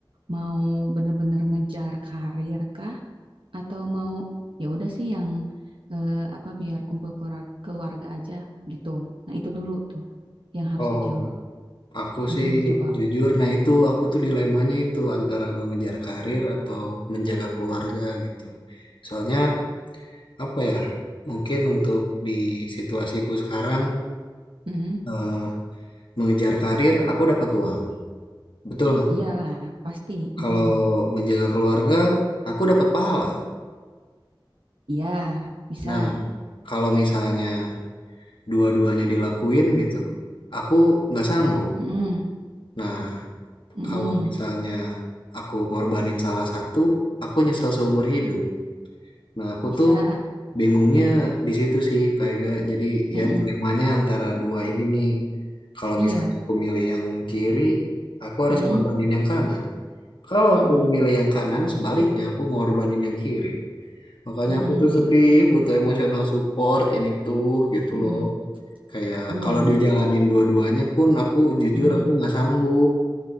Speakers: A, on the right (about 80°); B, on the left (about 70°).
A: mau bener-bener ngejar karir kah atau mau ya udah sih yang eh, apa biar kumpul keluarga, keluarga aja gitu. Nah, itu dulu tuh yang harus
B: Oh,
A: dijawab.
B: aku
A: Mm-mm,
B: sih
A: coba.
B: jujur, nah itu aku tuh dilemanya itu antara mengejar karir atau menjaga keluarga gitu. Soalnya apa ya? Mungkin untuk di situasiku sekarang
A: Mm-mm.
B: eh, mengejar karir aku dapat uang. Betul nggak?
A: Iyalah, pasti.
B: Kalau
A: Mm-mm.
B: menjaga keluarga aku dapat pahala.
A: Iya, bisa.
B: Nah, kalau misalnya dua-duanya dilakuin gitu, aku nggak sanggup.
A: Mm-mm.
B: Nah,
A: Mm-mm.
B: kalau misalnya aku ngorbanin salah satu, aku nyesel seumur hidup. Nah, aku
A: Bisa.
B: tuh bingungnya di situ sih, kayak ga- jadi
A: Mm-mm.
B: ya dilemanya antara dua ini nih. Kalau
A: Iya.
B: misalnya aku milih yang kiri, aku harus
A: Mm-mm.
B: ngorbanin yang kanan. Kalau
A: Mm-mm.
B: aku milih yang kanan, sebaliknya aku ngorbanin yang kiri. Makanya
A: Mm-mm.
B: aku tuh sedih, butuh emosional support ini tuh gitu
A: Mm-mm.
B: loh. Kayak
A: Iya.
B: kalau dijalanin dua-duanya pun aku jujur
A: Mm-mm.
B: aku nggak sanggup